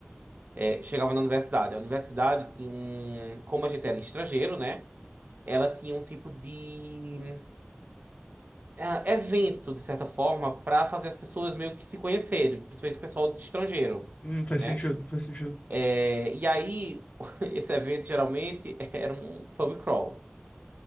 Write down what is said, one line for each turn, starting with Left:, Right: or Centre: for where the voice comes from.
Right: é, chegava na universidade? A universidade tinha um. Como a gente era estrangeiro, né? Ela tinha um tipo de. é, evento, de certa forma, para fazer as pessoas meio que se conhecerem, principalmente o pessoal de estrangeiro,
Left: Hum, faz
Right: né?
Left: sentido, faz sentido.
Right: É, e aí, <laughs> esse evento geralmente <laughs> era um pub crawl.